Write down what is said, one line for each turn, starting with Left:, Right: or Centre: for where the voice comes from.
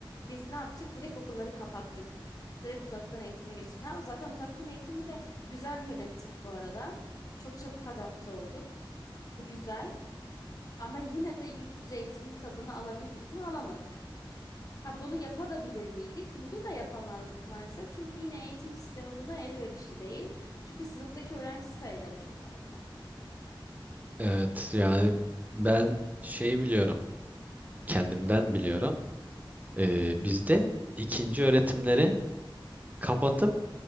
Left: Biz ne yaptık? Direkt okulları kapattık. Direkt uzaktan eğitime geçtik. Ha, zaten uzaktan eğitimi de güzel yönettik bu arada. Çok çabuk adapte olduk. Bu güzel. Ama yine de yüz yüze eğitimin tadını alabildik mi? Alamadık. Ha bunu yapabilir miydik? Bunu da yapamazdık maalesef. Çünkü yine eğitim sistemi buna elverişli değil. Çünkü sınıftaki öğrenci sayıları çok fazla.
Right: Evet yani ben şey biliyorum kendimden biliyorum Ee, bizde ikinci öğretimleri kapatıp